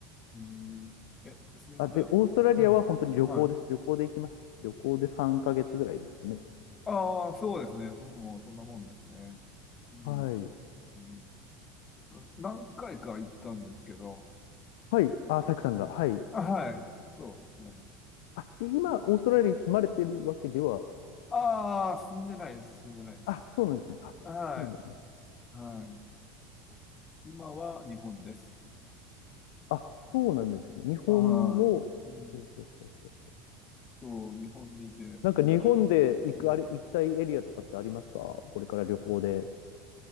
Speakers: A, on the left; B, on the left.
A: うんえ、すいません。
B: あ、で、オーストラリアは本当に旅行です。
A: うん。はい。
B: 旅行で行きました。旅行で3ヶ月ぐらいですかね。
A: ああ、そうですね。うんもうそんなもんですね。うん、
B: はい。
A: うん何回か行ったんですけど、
B: はい。あ、サクさんが。
A: うん、
B: はい。
A: あはい、そうですね。
B: あ、今、オーストラリアに住まれてるわけでは
A: ああ、住んでないです、住んでないです。
B: あ、そうなんですね。あ、
A: はい、
B: そうなんです。
A: はい。今は日本です。
B: あ、そうなんですね。日本の、
A: はい。うん、
B: えーそうそうそう
A: そう、日本にいて、えーうん、
B: なんか日本で行く、あれ、行きたいエリアとかってありますかこれから旅行で。